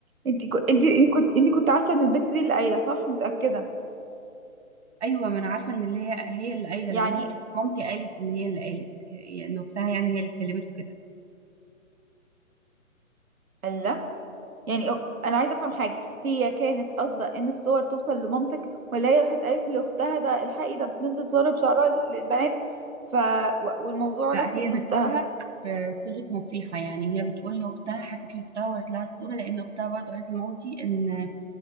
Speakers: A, on the right (about 80°); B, on the right (about 55°).
A: أنت كو- أنت أنت كنت أنت كنت عارفة إن البنت دي اللي قايلة صح متأكدة
B: ايوه ما انا عارفه ان اللي هي هي اللي قايله
A: يعني
B: لان مامتي قالت ان هي اللي قالت يعني إن اختها يعني هي اللي اتكلمت وكده
A: قال لا يعني أو- انا عايزه افهم حاجه هي كانت قاصده ان الصور توصل لمامتك ولا هي راحت قالت لاختها ده الحقي ده بتنزل صورها بشعرها للبنات ف و- والموضوع
B: لا
A: لف
B: هي
A: من اختها
B: بتقولها آه، صيغة نصيحة يعني هي بتقول لأختها حكت لأختها ورت لها الصورة لأن أختها برضه قالت لمامتي إن